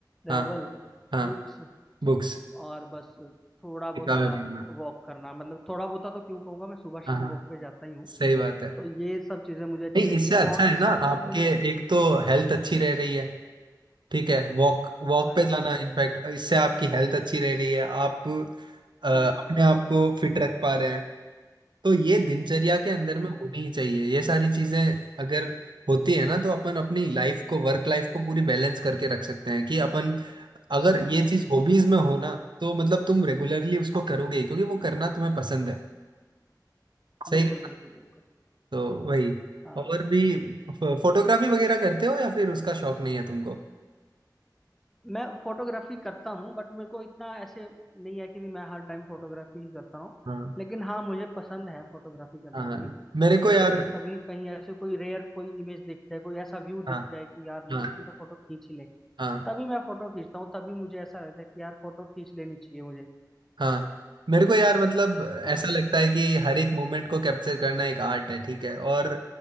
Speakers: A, in the centre; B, on the right.
A: ट्रैवल
B: हाँ हाँ
A: बुक्स
B: बुक्स
A: और बस थोड़ा बहुता
B: किताबें पढ़ना
A: वॉक करना मतलब थोड़ा बहुता तो क्यों कहूंगा मैं सुबह
B: हाँ
A: शाम
B: हाँ
A: वॉक पे जाता ही हूँ
B: सही बात है
A: तो ये सब चीजें मुझे अच्छी
B: नहीं
A: लगती
B: इससे
A: हैं
B: अच्छा
A: वॉक
B: है
A: इसलिए
B: ना
A: क्योंकि
B: आपके
A: मुझे लग...
B: एक तो हेल्थ अच्छी रह रही है ठीक है वॉक वॉक
A: हाँ
B: पे
A: जी
B: जाना
A: हाँ जी
B: इनफैक्ट इससे आपकी हेल्थ अच्छी रह रही है आप अ, अपने
A: हम्म
B: आप को फिट रख पा रहे हैं तो ये दिनचर्या के अंदर
A: हम्म
B: में होनी
A: हम्म,
B: ही चाहिए ये सारी चीजें अगर होती है ना तो अपन अपनी लाइफ को वर्क लाइफ को पूरी बैलेंस करके रख सकते हैं कि अपन अगर ये
A: हाँ
B: चीज हॉबीज में हो ना तो मतलब तुम रेगुलरली उसको करोगे ही, क्योंकि वो करना तुम्हें पसंद है
A: बिल्कुल
B: सही
A: बिल्कुल बिल्कुल
B: तो वही
A: हाँ
B: और भी फोटोग्राफी वगैरह करते हो या फिर उसका शौक नहीं है तुमको
A: मैं फोटोग्राफी करता हूँ बट मेरे को इतना ऐसे नहीं है कि भी मैं हर टाइम फोटोग्राफी ही करता हूँ
B: हाँ
A: लेकिन हाँ मुझे पसंद है फोटोग्राफी करना
B: हाँ
A: भी
B: मेरे को
A: जैसे
B: यार
A: अगर कभी कहीं ऐसे कोई रेयर कोई इमेज दिख जाए कोई ऐसा व्यू दिख
B: हाँ
A: जाए कि यार नहीं
B: हाँ
A: इसी पर फोटो खींच ही ले
B: हाँ
A: तभी मैं फोटो खींचता हूँ तभी मुझे ऐसा लगता है कि यार फोटो खींच लेनी चाहिए मुझे
B: हाँ मेरे को यार मतलब
A: हाँ
B: ऐसा लगता है कि हर एक मोमेंट को कैप्चर करना एक आर्ट है ठीक है और